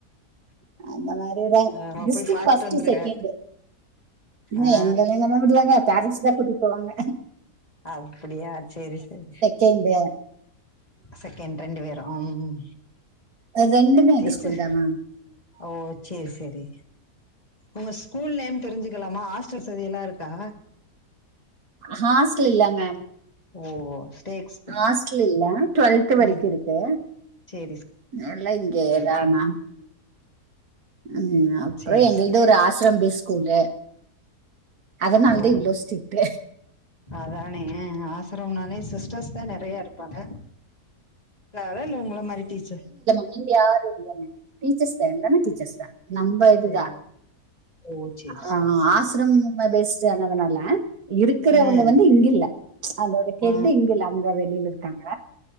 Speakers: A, on the right; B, on the left.
A: அந்த மாரி தா
B: ஆ,
A: டிஸ்டிக்
B: போய் பார்த்துட்டு
A: ஃபஸ்ட்டு
B: வந்துருங்க
A: செகண்டு. என்ன
B: ஆ,
A: எங்கல்லாமா விடுவாங்க பேரன்ட்ஸ் தா கூட்டிட்டு போவாங்க
B: அப்டியா சேரி செரி
A: சேந்து
B: செகண்ட் ரெண்டு பேரு ஆ ம் ம்
A: இது ரெண்டுமே எங்க
B: டீச்சர்
A: ஸ்கூல்தா மேம்
B: ஓ செரி செரி உங்க ஸ்கூல் நேம் தெரிஞ்சுக்கலாமாஆஸ் செர் சரி எல்லா இருக்கா
A: ஹாஸ்ட்டலு இல்லங்க
B: ஓ ஸ்டேக்ஸ்
A: ஆஸ்டல் இல்ல டுவெல்த் வரக்கும்
B: ம்
A: இருக்கு.
B: சரி
A: நேர்ல இங்கே
B: சரி
A: இதானா ம் அப்ப
B: சரி
A: எங்கள்து
B: சரி
A: ஒரு ஆஸ். ஸ்ரம்பி ஸ்கூல்லு அதனாலதா
B: ஓ
A: இவ்ளோ ஸ்ட்ரீட்டு
B: அதானே ஆசரம் நாலே சிஸ்டர்ஸ் தா நெறைய இருப்பாங்க இல்ல அதான் உங்கள மாரி டீச்சர்
A: நீங்க யாரும் இல்ல ம் டீச்சர்ஸ் வேண்டம் டீச்சர்ஸ் தா நம்ப இதுதா
B: ஓ ஓ சரி
A: ஆ
B: சரி சரி
A: ஆசிரம் ப பெஸ்டு ஆனதுனால இருக்கிறவங்க
B: ஆ,
A: வந்து இங்க இல்ல அதோட ஹெட்டு
B: ஆ
A: இங்க இல்ல அங்க வெளில இருக்காங்க